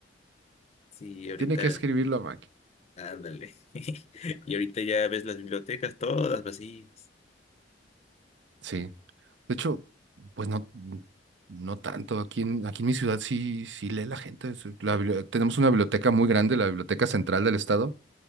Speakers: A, on the left; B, on the right.
A: Sí, ahorita.
B: Tiene que escribir la máquina.
A: Ándale. <laughs> Y ahorita ya ves las bibliotecas todas vacías.
B: Sí. De hecho, pues no, no tanto. Aquí en, aquí en mi ciudad sí, sí lee la gente. Sí, la bibli- tenemos una biblioteca muy grande, la Biblioteca Central del Estado,